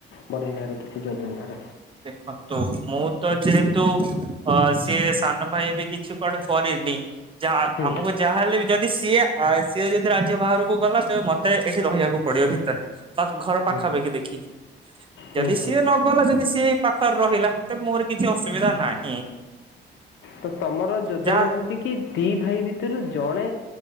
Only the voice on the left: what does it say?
ବଢେଇବାର କିଛି ଯୋଜନା ର?
ହୁଁ
ହୁଁ
ହୁଁ ହୁଁ
ତ ତମର ଯୋଜନା
ହଉଛି କି, ଦି ଭାଇ ଭିତରୁ ଜଣେ